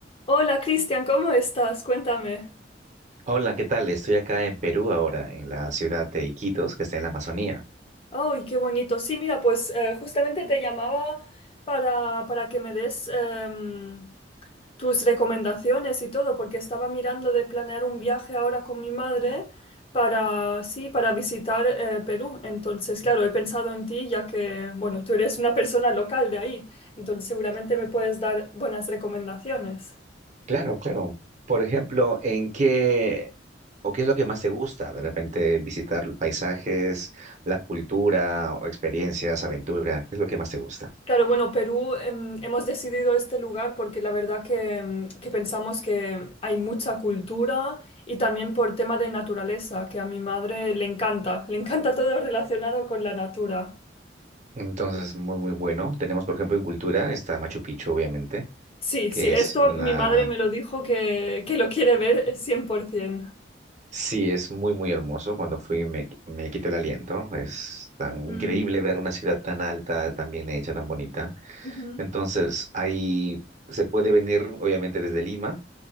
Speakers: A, on the left; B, on the right.
A: Hola Cristian, ¿cómo estás? Cuéntame.
B: Hola, ¿qué tal? Estoy acá en Perú ahora, en la ciudad de Iquitos, que está en la Amazonía.
A: Ay, qué bonito. Sí, mira, pues eh, justamente te llamaba para, para que me des em, tus recomendaciones y todo, porque estaba mirando de planear un viaje ahora con mi madre para, sí, para visitar eh, Perú. Entonces, claro, he pensado en ti, ya que, bueno, tú eres una persona local de ahí, entonces seguramente me puedes dar buenas recomendaciones.
B: Claro, claro. Por ejemplo, ¿en qué o qué es lo que más te gusta? De repente visitar paisajes, la cultura o experiencias, aventura, ¿qué es lo que más te gusta?
A: Claro, bueno, Perú, em, hemos decidido este lugar porque la verdad que, em, que pensamos que hay mucha cultura y también por tema de naturaleza, que a mi madre le encanta, le encanta todo relacionado con la natura.
B: Entonces, muy, muy bueno. Tenemos, por ejemplo, en cultura está Machu Picchu, obviamente,
A: Sí,
B: que
A: sí, esto
B: es una...
A: mi madre me lo dijo que, que lo quiere ver 100%.
B: Sí, es muy, muy hermoso. Cuando fui me, me quito el aliento. Es tan
A: Mm,
B: increíble ver una ciudad tan alta, tan bien hecha, tan bonita.
A: ujú,
B: Entonces, ahí se puede venir, obviamente, desde Lima.